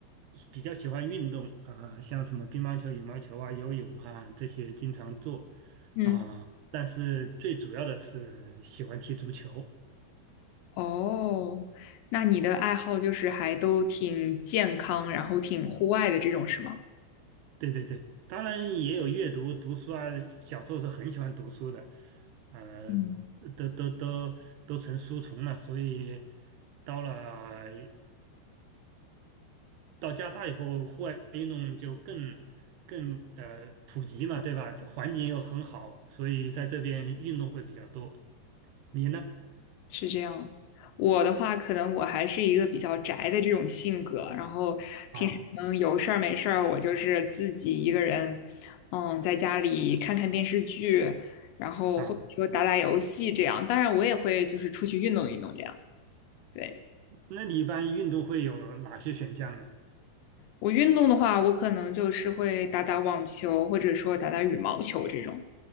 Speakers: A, on the right (about 75°); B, on the left (about 80°).
A: 比较喜欢运动啊，像什么乒乓球、羽毛球啊、游泳啊这些经常做
B: 嗯，
A: 啊，但是最主要的是喜欢踢足球。
B: 哦，那你的爱好就是还都挺健康，然后挺户外的这种，是吗？
A: 对对对，当然也有阅读、读书啊，小时候是很喜欢读书的，呃，
B: 嗯。
A: 都都都都成书虫了，所以到了。到加拿大以后，户外运动就更更呃普及嘛，对吧？环境又很好，所以在这边运动会比较多。你呢？
B: 是这样。我的话，可能我还是一个比较宅的这种性格，然后平时可能有事儿没事儿，
A: 啊
B: 我就是自己一个人，嗯，在家里看看电视剧，然后或者说打打游戏这样。
A: 啊，
B: 当然，我也会就是出去运动运动这样。对，
A: 那你一般运动会有哪些选项呢？
B: 我运动的话，我可能就是会打打网球，或者说打打羽毛球这种。